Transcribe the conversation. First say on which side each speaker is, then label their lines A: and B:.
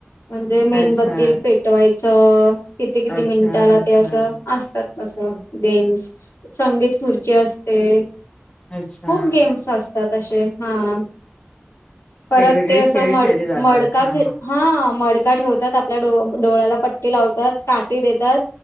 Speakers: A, on the left (about 80°); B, on the left (about 25°).
A: म्हणजे मेणबत्तील
B: अच्छा
A: पेटवायचं. किती किती
B: अच्छा
A: मिनिटाला
B: अच्छा
A: ते असं. असतात असं गेम्स संगीत खुर्ची असते. खूप
B: अच्छा
A: गेम्स असतात असे हा. परत
B: वेगवेगळे
A: ते असं
B: खेळ
A: मड
B: खेळले जातात
A: मडका
B: हा
A: खेळ हा मडका ठेवतात आपल्या डो डोळ्याला पट्ट ट्टी लावतात काटी देतात.